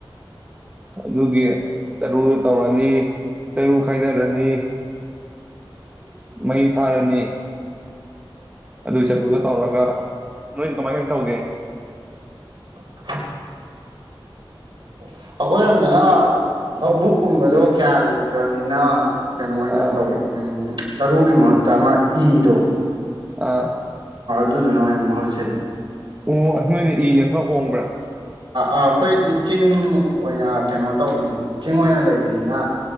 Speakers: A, on the right (about 15°); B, on the right (about 60°).
A: ꯑꯗꯨꯒꯤ ꯆꯔꯨ ꯇꯧꯔꯅꯤ ꯆꯔꯨ ꯈꯥꯏꯅꯔꯅꯤ ꯃꯩ ꯊꯥꯔꯅꯤ ꯑꯗꯨ ꯆꯔꯨꯗꯣ ꯇꯧꯔꯒ ꯅꯣꯏꯗꯤ ꯀꯃꯥꯏ ꯀꯃꯥꯏꯅ ꯇꯧꯒꯦ
B: ꯁꯤ ꯑꯩꯈꯣꯏꯔꯣꯝꯗꯅ ꯂꯧꯕꯨꯛꯀꯨꯝꯕꯗꯣ ꯀꯌꯥ ꯂꯩꯇ꯭ꯔꯕꯅꯤꯅ ꯀꯩꯅꯣ ꯑꯣꯏꯅ
A: ꯑꯥ
B: ꯇꯧꯋꯦ ꯎ ꯆꯔꯨꯒꯤ ꯃꯍꯨꯠꯇ ꯃꯥ ꯏꯗꯣ
A: ꯑꯥ
B: ꯑꯗꯨꯗꯨꯅꯉꯩꯅ ꯃꯍꯨꯠ ꯁꯤꯜꯂꯤ
A: ꯑꯣ ꯑ ꯅꯣꯏꯅ ꯏꯅ ꯈꯔ ꯍꯣꯡꯕ꯭ꯔꯥ
B: ꯑꯩꯈꯣꯏꯗꯤ ꯆꯤꯡ ꯑꯣꯏꯅ ꯀꯩꯅꯣ ꯇꯧꯕꯅꯤ ꯆꯤꯡ ꯑꯣꯏꯅ ꯂꯩꯕꯅꯤꯅ